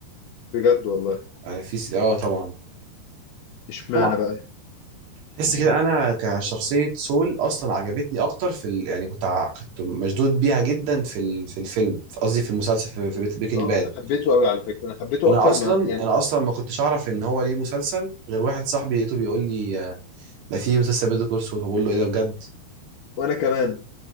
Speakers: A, on the left (about 70°); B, on the right (about 75°).
A: بجد والله
B: يعني في س- اه طبعا
A: اشمعنى
B: هما
A: بقى
B: تحس كده انا كشخصية سول اصلا عجبتني اكتر في ال... يعني كنت ع... كنت مشدود بيها جدا في ال... في الفيلم في- قصدي في المسلسل في, في بريكنج
A: اه
B: باد
A: انا حبيته قوي على فكره انا حبيته
B: انا
A: اكتر
B: اصلا
A: ما يعني
B: انا اصلا ما كنتش اعرف ان هو ليه مسلسل غير واحد صاحبي لقيته بيقول لي آه، ده في مسلسل بيتر كول سول بقول له ايه ده بجد
A: وانا كمان